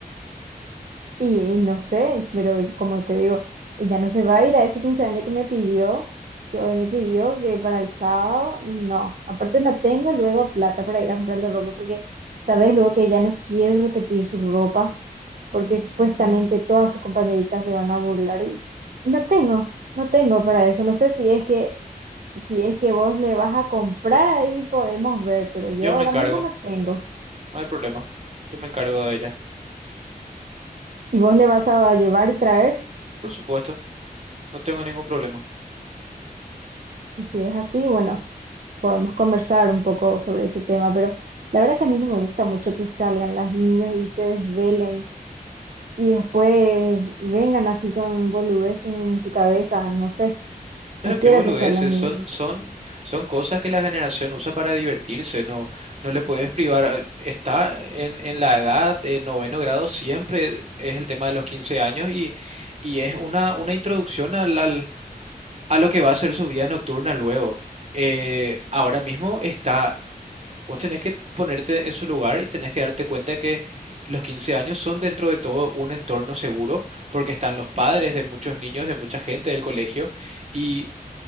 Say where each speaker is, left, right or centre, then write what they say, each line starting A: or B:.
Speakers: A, on the right (about 65°); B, on the right (about 45°).
A: Y, y no sé, pero como te digo, ella no se va a ir a ese 15 años que me pidió, que hoy me pidió, que para el sábado, no. Aparte no tengo luego plata para ir a comprarle ropa, porque sabes luego que ella no quiere repetir su ropa, porque supuestamente todas sus compañeritas se van a burlar y, y no tengo, no tengo para eso. No sé si es que, si es que vos le vas a comprar ahí, podemos ver, pero yo
B: Yo
A: ahora
B: me encargo,
A: mismo no tengo.
B: no hay problema. Yo me encargo de ella.
A: y vos le vas a llevar y traer,
B: Por supuesto, no tengo ningún problema.
A: y si es así, bueno, podemos conversar un poco sobre ese tema, pero la verdad que a mí no me gusta mucho que salgan las niños y se desvelen y después vengan así con boludeces en su cabeza, no sé,
B: Pero
A: no
B: qué
A: quiero
B: boludeces,
A: que salgan y
B: son, son, son cosas que la generación usa para divertirse, no, no le puedes privar. eh, Está en, en la edad de noveno grado, siempre es el tema de los 15 años y, y es una, una introducción al, al- a lo que va a ser su vida nocturna luego. Eh, ahora mismo está, vos tenés que ponerte en su lugar y tenés que darte cuenta que los 15 años son dentro de todo un entorno seguro, porque están los padres de muchos niños, de mucha gente del colegio. Y